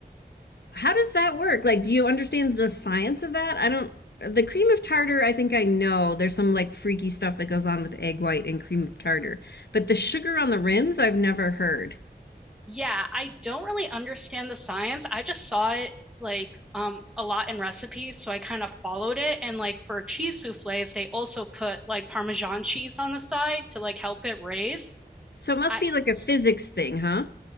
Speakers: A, on the left (about 80°); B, in the centre.
A: How does that work? Like, do you understand the science of that? I don't. The cream of tartar, I think I know. There's some like freaky stuff that goes on with egg white and cream of tartar, but the sugar on the rims, I've never heard.
B: Yeah, I don't really understand the science. I just saw it like um a lot in recipes, so I kind of followed it. And like for cheese soufflés, they also put like Parmesan cheese on the side to like help it raise.
A: So it must
B: I
A: be like a physics thing, huh?